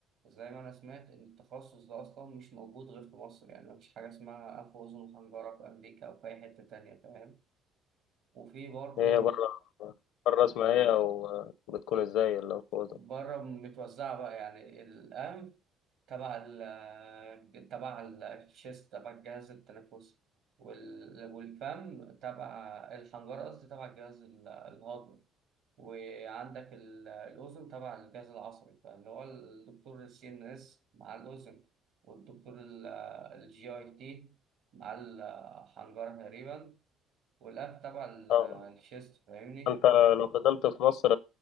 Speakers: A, on the right; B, on the left.
A: زي ما أنا سمعت إن التخصص ده أصلا مش موجود غير في مصر يعني مفيش حاجة اسمها أنف وأذن وحنجرة في أمريكا أو في أي حتة تانية فاهم وفي برضه
B: إيه هي بره بره اسمها ايه او بتكون ازاي الانفوزة
A: بره متوزعة بقى يعني الأنف تبع ال تبع الشيست تبع الجهاز التنفسي وال- والفم تبع الحنجرة قصدي تبع الجهاز ال- الهضمي وعندك ال- الأذن تبع الجهاز العصبي فاللي هو الدكتور السي إن إس مع الأذن والدكتور الجي أي تي مع الحنجرة تقريبا والأنف تبع ال-
B: اه
A: الشيست فاهمني
B: انت
A: ف-
B: لو فضلت في مصر